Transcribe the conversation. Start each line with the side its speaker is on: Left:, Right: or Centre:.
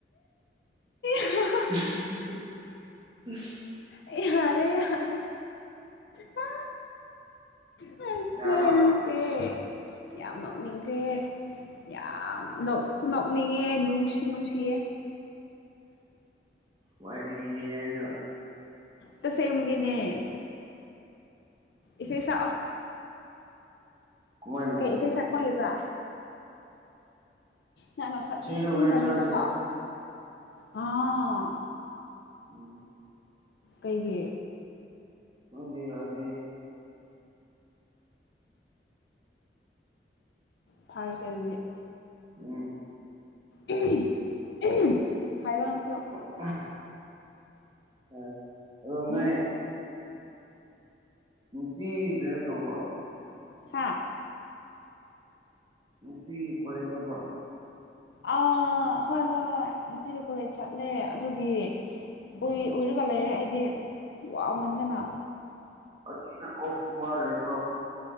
Left: <unintelligible>
Right: <unintelligible>
Left: ꯑꯩ ꯌꯥꯔꯦ ꯌꯥꯔ ꯃꯥ ꯅꯪꯆ‌ꯦ
Right: ꯌꯥꯔꯕ
Left: ꯅꯪꯁꯦ ꯌꯥꯝ ꯅꯣꯛꯅꯤꯡꯈ꯭ꯔꯦꯍ‌ꯦ ꯌꯥꯝ ꯅ‌ꯣꯛꯁꯨ ꯅꯣꯛꯅꯤꯡꯉꯦ ꯅꯨꯡꯁꯨ ꯅꯨꯡꯁꯤꯌꯦ
Right: ꯋꯥꯔꯤꯗꯤ ꯅꯪꯖꯨ
Left: ꯇꯁꯦꯡꯕꯒꯤ‌ꯦ ꯏꯁꯩ ꯁꯛꯑꯣ
Right: ꯀꯃꯥꯏ ꯅꯨꯡꯁꯤꯕ
Left: ꯀꯩ ꯏꯁꯩ ꯁꯛꯄ ꯍꯩꯕ꯭ꯔꯥ ꯅꯪꯅ ꯁꯛꯅꯤꯡ
Right: ꯏꯁꯩꯗꯣ ꯍꯣꯔꯦꯟ
Left: ꯁꯛꯅꯤꯡꯕ
Right: ꯆꯥꯔꯁꯦ
Left: ꯁꯥꯛꯑꯣ ꯑꯥ
Right: ꯎꯝ
Left: ꯀꯩꯒꯤ
Right: ꯈꯪꯗ‌ꯦ ꯌꯥꯗ‌ꯦ
Left: ꯐꯥꯔꯁꯦ ꯑꯗꯨꯗꯤ
Right: ꯎꯝ
Left: <unintelligible> ꯍꯥꯏꯌ‌ꯣ ꯅꯪꯁꯨ
Right: <unintelligible> ꯑ ꯑꯗ‌ꯣ ꯅ‌ꯣꯏ
Left: ꯎꯝ
Right: ꯅꯨꯡꯇꯤꯒꯤ ꯀꯩꯅꯣ ꯇꯧꯕ꯭ꯔꯣ
Left: ꯍꯥꯥ
Right: ꯅꯨꯡꯇꯤꯒꯤ ꯀ‌ꯣꯂ‌ꯦꯖ ꯆꯠꯄ꯭ꯔ‌ꯣ
Left: ꯑꯥ ꯍꯣꯏ ꯍꯣꯏ ꯍꯣꯏ ꯅꯨꯡꯇꯤꯗ ꯀꯣꯂꯦꯖ ꯆꯠꯂꯦ ꯑꯗꯨꯒꯤ ꯎꯏ ꯎꯏꯔꯒ ꯂꯩꯔꯦꯛꯑ‌ꯦꯗꯤ ꯋꯥꯃꯟꯗꯅ
Right: <inaudible> ꯑꯣꯐꯀꯨꯝꯕ ꯂꯩꯕ꯭ꯔ‌ꯣ